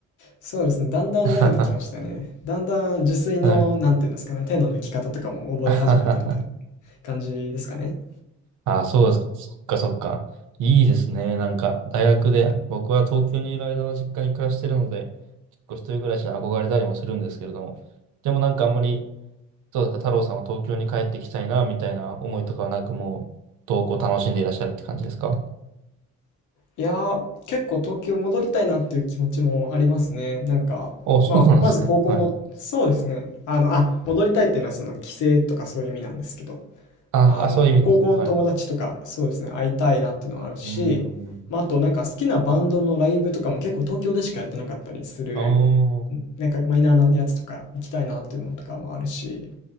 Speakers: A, on the left (about 80°); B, on the right (about 80°).
A: そうですね。だんだん慣れてきましたね。
B: <laughs>
A: だんだん受水の、
B: はい。
A: なんていうんですかね。手の抜き方とかも覚え始めてみたいな
B: <laughs>
A: 感じですかね。
B: あ、そうですか。そっかそっか。いいですね。なんか、大学で、僕は東京にいる間は実家に暮らしてるので、結構一人暮らしで憧れたりもするんですけれども、でもなんかあんまり、そうですか、太郎さんは東京に帰ってきたいな、みたいな思いとかはなく、もう、投稿楽しんでいらっしゃるって感じですか
A: いやー、結構東京戻りたいなっていう気持ちもありますね。なんか、
B: お <laughs> そうなんですね。
A: まあ、まず高校の、
B: はい。
A: そうですね。あの、あ、戻りたいっていうのはその帰省とかそういう意味なんですけど、
B: あ、
A: あの、
B: あ、そういう意味ですか。
A: 高校の友達とか、
B: はい。
A: そうですね、会いたいなっていうのはあるし、
B: うーん。
A: まあ、あとなんか好きなバンドのライブとかも結構東京でしかやってなかったりする、
B: ああ、うん
A: なんかマイナーなやつとか行きたいなっていうのとかもあるし、